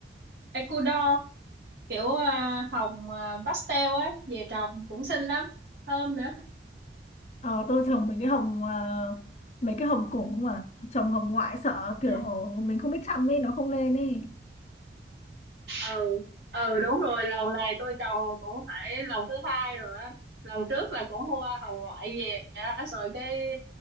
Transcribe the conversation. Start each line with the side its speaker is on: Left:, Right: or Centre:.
Right: Ecuador kiểu à, hồng à, pastel á về trồng cũng xinh lắm, thơm nữa.
Left: ờ, tôi trồng mấy cái hồng ờ, mấy cái hồng cổ mà trồng hồng ngoại sợ kiểu
Right: Ừ.
Left: mình không biết chăm ấy nó không lên ấy
Right: ừ ừ đúng rồi lần này tôi trồng cũng phải lần thứ hai rồi á lần trước là cũng mua hồng ngoại về á rồi cái